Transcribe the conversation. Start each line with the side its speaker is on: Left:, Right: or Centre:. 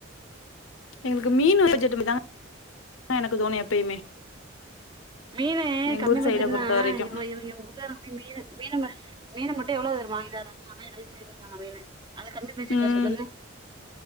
Left: எங்களுக்கு மீன் வ ஜட்டும தாங்க எனக்கு தோணும் எப்பயுமே
Right: மீனு
Left: எங்க
Right: கம்மி
Left: ஊர்
Right: பட்ஜெட்ன்னா
Left: சைட பொறுத்த வரைக்கு
Right: இவ இவவங்க உள்ளப்ப மீனு மீனு மீன் மட்டு எவ்ளோ தெரியுமா வாங்கிட்டு வாரங்க <unintelligible> வாங்கிட்டு வராங்க மீனு அது கம்மி பட்ஜெட்டா
Left: ம்
Right: சொல்லுங்க